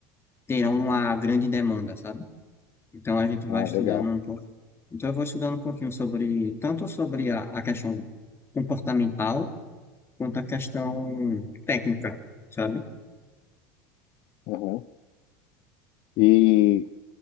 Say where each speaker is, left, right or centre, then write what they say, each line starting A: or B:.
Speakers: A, on the left; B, on the left.
A: terão uma grande demanda, sabe? Então a gente vai
B: Ah,
A: estudando
B: legal.
A: um pouco. Então eu vou estudando um pouquinho sobre, tanto sobre a, a questão comportamental, quanto a questão técnica, sabe?
B: Aham. E,